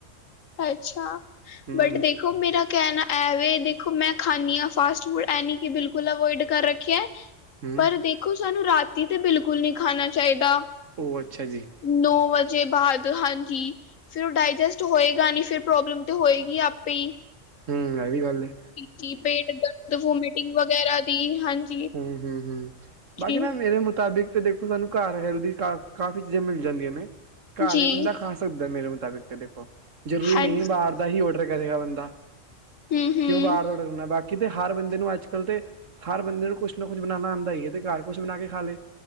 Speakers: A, on the left (about 85°); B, on the right (about 75°).
A: ਅੱਛਾ,
B: ਹੂੰ
A: ਬਟ ਦੇਖ ਦੇਖੋ ਮੇਰਾ ਕਹਿਣਾ ਐਵੇ, ਦੇਖੋ ਮੈਂ ਖਾਦੀ ਹਾਂ ਫਾਸਟ- ਫੂਡ ਐ ਨੀ ਕਿ, ਬਿਲਕੁਲ ਅਵੋਇਡ ਕਰ ਰੱਖਿਆ
B: ਹੂੰ
A: ਪਰ ਦੇਖੋ, ਸਾਨੂੰ ਰਾਤੀ ਤਾਂ ਬਿਲਕੁਲ ਨਹੀਂ, ਖਾਣਾ ਚਾਹੀਦਾ
B: ਉਹ, ਅੱਛਾ ਜੀ।
A: ਨੌ ਵਜੇ ਬਾਅਦ, ਹਾਂਜੀ ਫਿਰ ਉਹ ਡਾਇਜੈਸਟ ਤੇ ਹੋਏਗਾ ਨਈ, ਫਿਰ ਪ੍ਰੋਬਲਮ ਤੇ ਹੋਏਗੀ ਆਪੇ ਹੀ
B: ਹਮ, ਇਹ ਵੀ ਗੱਲ ਏ
A: ਇੱਕ ਪੇਟ ਦਰਦ, ਵੋਮਟਿੰਗ ਵਗੈਰਾ, ਦੀ ਹਾਂਜੀ
B: ਹਮ- ਹਮ ਹਮ, ਬਾਕੀ
A: ਜੀ
B: ਨਾ ਮੇਰੇ ਮੁਤਾਬਿਕ ਤੇ ਦੇਖੋ ਸਾਨੂੰ, ਘਰ ਹੈਲਦੀ ਕਾ ਕਾਫ਼ੀ, ਚੀਜ਼ਾਂ ਮਿਲ ਜਾਂਦੀਆਂ ਨੇ ਘਰ
A: ਜੀ
B: ਵੀ ਬੰਦਾ ਖਾ, ਸਕਦਾ ਮੇਰੇ ਮੁਤਾਬਿਕ ਦੇਖੋ ਜਰੂਰੀ
A: ਹਾਂਜੀ
B: ਨਹੀਂ ਬਾਹਰ ਦਾ ਹੀ ਔਡਰ ਕਰੇਗਾ ਬੰਦਾ
A: ਹੂੰ ਹੂੰ
B: ਕਿਉਂ ਬਾਹਰ ਦਾ ਡਰ ਕਰਨਾ ਬਾਕੀ ਕਿਤੇ ਹਾਰ ਬੰਦੇ ਨੂੰ ਅੱਜ ਕੱਲ੍ਹ ਤੇ ਹਾਰ ਬੰਦੇ ਨੂੰ ਕੁਛ ਨਾ ਕੁਛ ਬਣਾਉਣਾ ਆਉਂਦਾ ਹੀ ਹੈ ਤੇ ਘਰ ਕੁਛ ਬਣਾ ਕੇ ਖਾ ਲਏ।